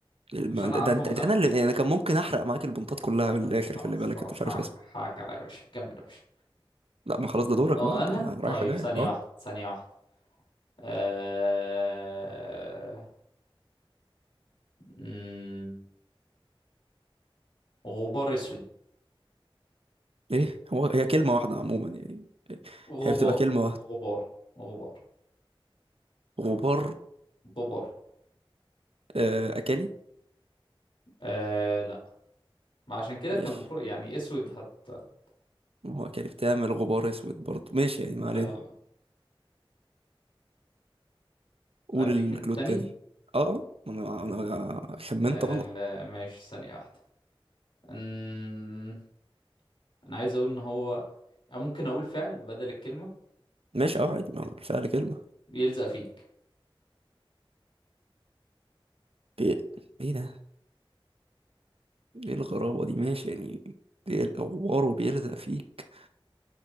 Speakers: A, on the right; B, on the left.
A: الم-
B: عشان اعرفه
A: ده انت
B: من
A: ده
B: اول
A: انا اللي
B: واحد
A: يعني انا كان ممكن احرق معاك البنطات كلها من
B: طيب
A: الاخر
B: خلاص
A: خلي بالك
B: خلاص
A: انت مش
B: حقك
A: عارف اسمه
B: حقك عليا يا باشا كمل يا باشا
A: لا ما خلاص ده دورك
B: اه
A: بقى انت
B: انا
A: رايحه
B: طيب
A: جايه
B: ثانية
A: اه
B: واحدة ثانية واحدة آه... مم، غبار اسود
A: ايه هو هي كلمه واحده عموما يعني
B: غبار
A: هي بتبقى كلمه واحده
B: غبار غبار
A: غبار
B: غبار
A: آه اكلي
B: آه... لا ما عشان كده
A: ماشي
B: كان المفروض يعني اسود هت... هت...
A: ما هو اكلي بتعمل غبار اسود برضه ماشي يعني ما
B: لا
A: علينا قول
B: اديك
A: الكلو
B: انت تاني
A: التاني اه ما انا انا خمنت
B: آه...
A: غلط
B: ماشي ثانية واحدة مم، انا عايز اقول ان هو ممكن اقول فعل بدل الكلمة
A: ماشي اه عادي ما هو الفعل كلمة
B: يلزق فيك
A: بي... ايه ده ايه الغرابة دي ماشي يعني ايه الغبار وبيلزق فيك